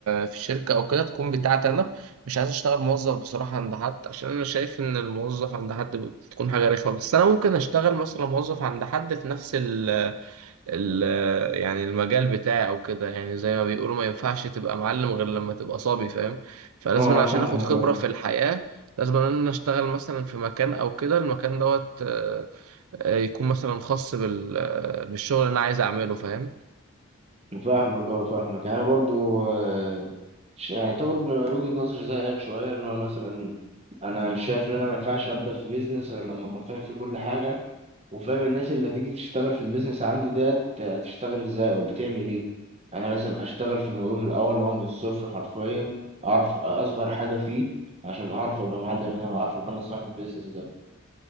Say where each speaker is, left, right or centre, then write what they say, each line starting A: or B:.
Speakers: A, on the right; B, on the right.
A: في شركة أو كده تكون بتاعتي أنا مش عايز أشتغل موظف بصراحة عند حد عشان أنا شايف إن الموظف عند حد بتكون حاجة رخمة بس أنا ممكن أشتغل مثلا موظف عند حد في نفس ال ال يعني المجال بتاعي أو كده يعني زي ما بيقولوا ما ينفعش تبقى معلم غير لما تبقى صبي فاهم فلازم
B: اه
A: أنا
B: فاهمك
A: عشان آخد خبرة
B: اه
A: في الحياة لازم إن أنا أشتغل مثلا في مكان أو كده المكان دوت آه، يكون مثلا خاص بال... آه، بالشغل اللي انا عايز اعمله فاهم
B: فاهمك اه فاهمك يعني انا برضو آه، ش- يعني طبعا وجهة نظري زيك شوية ان هو مثلا انا شايف ان انا ما ينفعش ابدا في بيزنس غير لما اكون فاهم فيه كل حاجة وفاهم الناس اللي هتيجي تشتغل في البيزنس عندي ديت هتشتغل ازاي او بتعمل ايه يعني انا لازم اشتغل في الموضوع من الاول اللي هو من الصفر حرفيا اعرف اصغر حاجة فيه عشان اعرف ابقى معلم انا واعرف ابقى انا صاحب البيزنس ده